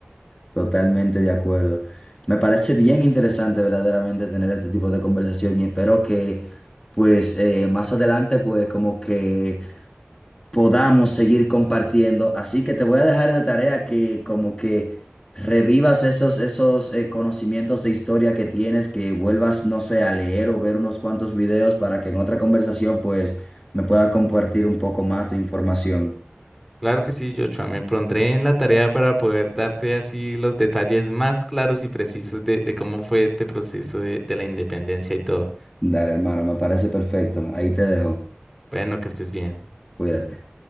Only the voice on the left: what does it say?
totalmente de acuerdo. Me parece bien interesante verdaderamente tener este tipo de conversación y espero que pues eh, más adelante pues como que podamos seguir compartiendo. Así que te voy a dejar de tarea que como que revivas esos, esos eh, conocimientos de historia que tienes, que vuelvas, no sé, a leer o ver unos cuantos videos para que en otra conversación pues me puedas compartir un poco más de información.
Dale, hermano, me parece perfecto. Ahí te dejo.
Cuídate.